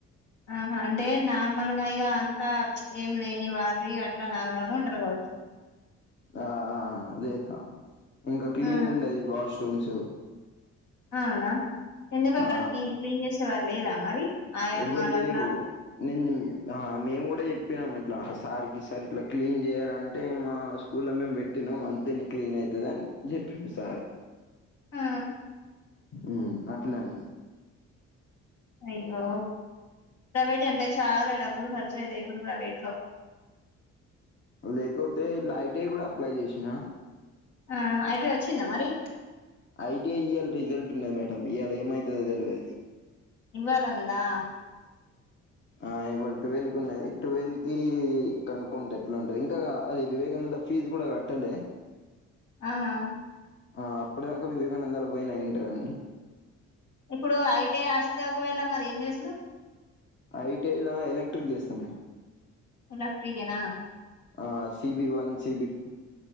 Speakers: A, on the left; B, on the left.
A: ఆహా అంటే నార్మల్గా ఇగ అంత ప్చ్ ఏం లేని వాళ్ళు ఇగ అట్లా నార్మల్ గా ఉంటారు కావచ్చు.
B: ఆ ఆ అదే తాం ఇంకా క్లీన్
A: ఆ
B: ఉండది వాష్రూమ్స్
A: అ ఆ ఎందుకు అక్కడ
B: ఆ
A: క్లీ క్లీన్ చేసేవారు లేరా మరి ఆయమ్మలు
B: ఎవ్వరులేరు
A: అట్లా
B: నేను ఉం ఆ మేము కూడా చెప్పినాము ఇట్లా సార్కి సార్ ఇట్లా క్లీన్ చేయార అంటే మా కు ళ మేము పెట్టినాం అంతే ని క్లీన్ అవుతుంది అని చెప్పిండు సార్
A: ఆ
B: ఉ అట్లని
A: అయ్యో ప్రైవేట్ అంటే చాలా డబ్బులు ఖర్చయితాయి ఇప్పుడు ప్రైవేట్ లో
B: లేకపోతే ఇట్ల ఐటిఐ కూడా అప్లై చేసిన
A: ఆహా అయితే వచ్చిందా మరి
B: ఐటీఎ ఇవాళ రిజల్ట్ ఉన్నది మేడం ఇవాళ ఏమవుతుందో తెలియదు
A: ఇవ్వాల ఉందా
B: ఆ ఇవాళ టువెల్వ్ కి ఉన్నది టువెల్ కి కనుక్కుంటా ఎట్లా ఉంటది ఇంకా అది వివేకానంద ఫీజు కూడా కట్టలే
A: ఆహా
B: ఆ అప్పడిదాకా వివేకానందాల పోయినాయంట్రని
A: ఇప్పుడు ఐతే ఆస్తే ఒకవేళ మరి ఏం చేసుడు
B: ఐటీఐ లా ఎలక్ట్రిక్ చేస్తాం మేడం
A: ఎలక్ట్రిషన్ ఆ
B: ఆ సిబివన్ సిబిట్